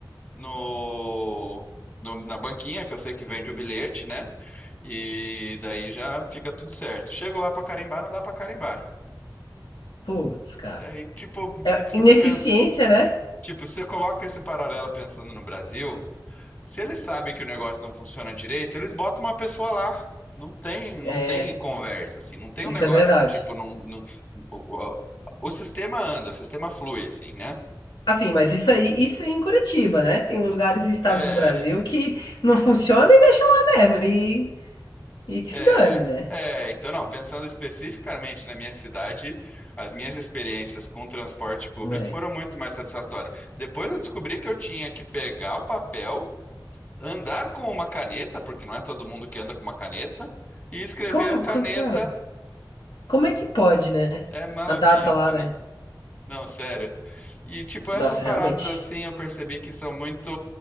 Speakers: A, on the left (about 25°); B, on the left (about 85°).
A: no, no- na banquinha, que eu sei que vende o bilhete, né? E daí já fica tudo certo. Chego lá pra carimbar, não dá pra carimbar.
B: Putz, cara.
A: Daí, tipo,
B: É
A: fico
B: ineficiência,
A: pensando,
B: né?
A: tipo, você coloca esse paralelo pensando no Brasil. Se eles sabem que o negócio não funciona direito, eles botam uma pessoa lá. Não tem, não
B: É.
A: tem conversa, assim. Não tem
B: Isso
A: um negócio
B: é verdade.
A: que, tipo, não, não- o, o- o sistema anda, o sistema flui, assim, né?
B: Assim, mas isso aí, isso é em Curitiba, né? Tem lugares e estados
A: É,
B: do Brasil que não funciona e deixa lá mesmo. E, e que se
A: é,
B: dane, né?
A: é. Então, não, pensando especificamente na minha cidade, as minhas experiências com transporte público
B: É.
A: foram muito mais satisfatórias. Depois eu descobri que eu tinha que pegar o papel, andar com uma caneta, porque não é todo mundo que anda com uma caneta, e escrever
B: Como,
A: a caneta
B: co- cara, como é que pode, né?
A: É maluquice,
B: A data lá, né?
A: né? Não, sério. E tipo, essas
B: Nossa,
A: paradas
B: realmente.
A: assim, eu percebi que são muito,